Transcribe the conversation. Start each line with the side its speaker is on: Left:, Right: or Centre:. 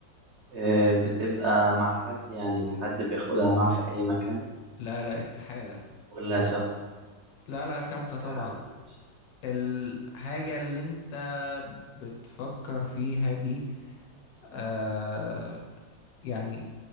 Right: آه بتبقى مع حد يعني حد بياخدها معاه في أي مكان
Left: لا لا استحالة
Right: ولا ثابتة
Left: لا لا ثابتة طبعا
Right: في حالة ماشي
Left: الحاجة اللي انت بتفكر فيها دي آه يعني